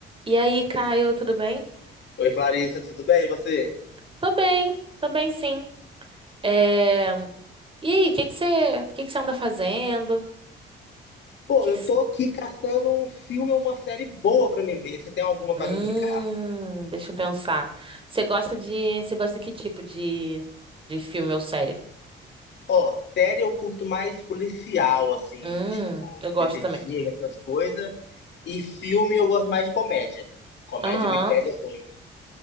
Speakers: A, on the right (about 25°); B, on the left (about 60°).
A: E aí, Caio, tudo bem?
B: Oi, Clarissa, tudo bem? E você?
A: Tô bem, tô bem sim. É... E aí, o que que você, que que você anda fazendo?
B: Pô,
A: Que
B: eu
A: que... c-
B: tô aqui caçando um filme ou uma série boa pra me ver. Você tem alguma
A: Hum,
B: pra me indicar?
A: deixa eu pensar. Você gosta de, você gosta de que tipo de, de filme ou série?
B: Ó, série eu curto mais policial, assim,
A: Hum,
B: tipo,
A: eu gosto
B: detetive,
A: também.
B: essas coisas. E filme eu gosto mais de comédia. Comédia
A: Aham,
B: me pega muito.